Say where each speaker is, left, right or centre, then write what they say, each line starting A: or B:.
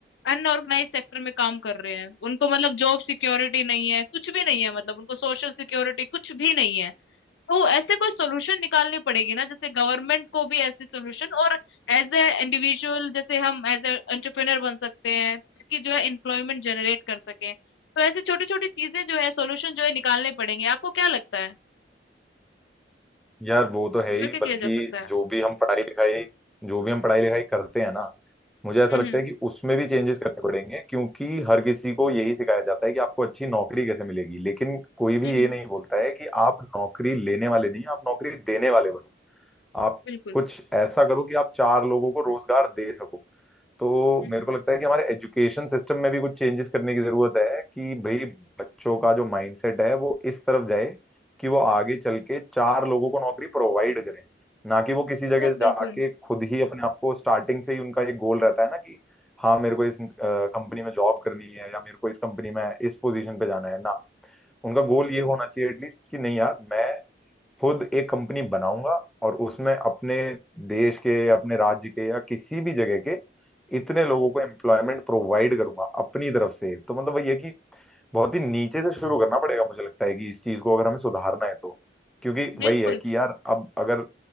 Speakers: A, on the left; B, in the centre.
A: अनऑर्गेनाइज सेक्टर में काम कर रहे हैं उनको मतलब जॉब सिक्योरिटी नहीं है कुछ भी नहीं है मतलब उनको सोशल सिक्योरिटी कुछ भी नहीं है तो ऐसे कोई सोल्यूशन निकालनी पड़ेगी ना जैसे गवर्नमेंट को भी ऐसे सोल्यूशन और एज ए इंडिविजुअल जैसे हम एज ए एंटरप्रेनर बन सकते हैं ताकि जो है एम्प्लॉयमेंट जनरेट कर सके तो ऐसी छोटी छोटी चीजें जो है सोल्यूशन जो है निकालने पड़ेंगे आपको क्या लगता है
B: यार वो तो है
A: क्या
B: ही
A: क्या किया
B: बल्कि
A: जा सकता है
B: जो भी हम पढ़ाई लिखाई जो भी हम पढ़ाई लिखाई करते हैं ना मुझे ऐसा
A: हम्म
B: लगता है कि उसमें भी चेंजेस करने पड़ेंगे क्योंकि हर किसी को यही सिखाया जाता है कि आपको अच्छी नौकरी कैसे मिलेगी लेकिन कोई
A: हम्म
B: भी ये नहीं बोलता है कि आप नौकरी लेने वाले नहीं आप नौकरी देने वाले बनो आप
A: बिल्कुल
B: कुछ ऐसा करो कि आप चार लोगों को रोजगार दे सको तो
A: हम्म
B: मेरे को लगता है कि हमारे एजुकेशन सिस्टम में भी कुछ चेंजेस करने की जरूरत है कि भाई बच्चों का जो माइंडसेट है वो इस तरफ जाए कि वो आगे चल के चार लोगों को नौकरी प्रोवाइड करें ना कि वो किसी जगह
A: हाँ, बिल्कुल
B: जाके खुद ही अपने आप को स्टार्टिंग से ही उनका एक गोल रहता है ना कि हाँ मेरे को इस कंपनी में जॉब करनी है या मेरे को इस कंपनी में इस पोजीशन पे जाना है ना उनका गोल ये होना चाहिए एटलीस्ट कि नहीं यार मैं खुद एक कंपनी बनाऊंगा और उसमें अपने देश के अपने राज्य के या किसी भी जगह के इतने लोगों को एम्प्लॉयमेंट प्रोवाइड करूंगा अपनी तरफ से तो मतलब वही है कि बहुत ही नीचे से शुरू करना पड़ेगा मुझे लगता है कि इस चीज को अगर हमें सुधारना है तो क्योंकि वही
A: बिल्कुल
B: है कि यार अब अगर